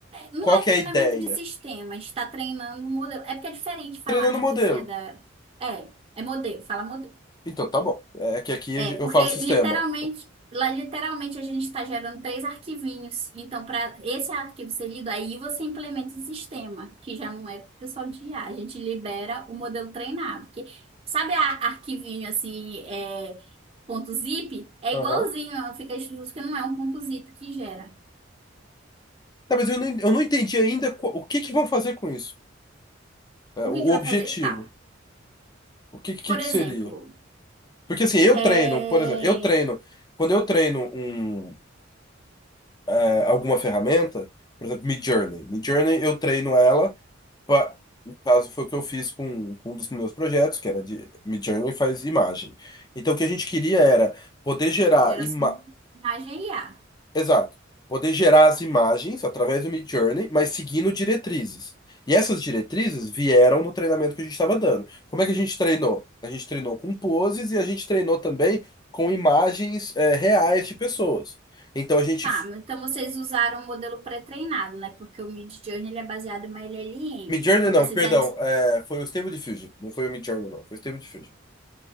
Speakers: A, on the right; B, on the left.
A: Não
B: qual
A: é
B: que
A: treinamento
B: é a ideia?
A: de sistema, está treinando um modelo. É porque é diferente falar,
B: Treinando
A: né,
B: o
A: que
B: modelo.
A: você é da. É, é modelo, fala modelo.
B: Então, tá bom. É que aqui
A: É, porque
B: eu falo sistema.
A: literalmente, lá literalmente a gente está gerando três arquivinhos. Então, para esse arquivo ser lido, aí você implementa o sistema, que já não é pro pessoal de IA. A A gente libera o modelo treinado. Que, sabe a arquivinho assim, é, ponto zip? É
B: Aham.
A: igualzinho, fica escrito que não é um ponto zip que gera.
B: Tá, mas eu não, eu não entendi ainda qu- o que que vão fazer com isso. É,
A: O
B: o,
A: que que
B: o objetivo.
A: vai fazer? Tá.
B: O que, que
A: Por
B: que
A: exemplo.
B: seria? Porque assim, eu
A: É...
B: treino, por exemplo, eu treino, quando eu treino um, é, alguma ferramenta, por exemplo, Midjourney. Midjourney eu treino ela, pra, no caso foi o que eu fiz com, com um dos meus projetos, que era de Midjourney faz imagem. Então o que a gente queria era poder gerar
A: a Geração
B: imagem.
A: de imagem IA.
B: Exato. Poder gerar as imagens através do Midjourney, mas seguindo diretrizes. E essas diretrizes vieram no treinamento que a gente estava dando. Como é que a gente treinou? A gente treinou com poses e a gente treinou também com imagens eh, reais de pessoas. Então a gente.
A: Tá, mas então vocês usaram o modelo pré-treinado, né? Porque o Midjourney ele é baseado em uma LLM.
B: Midjourney
A: Então
B: não,
A: vocês...
B: perdão,
A: adi-
B: eh, foi o Stable Diffusion. Não foi o Midjourney, não, foi o Stable Diffusion.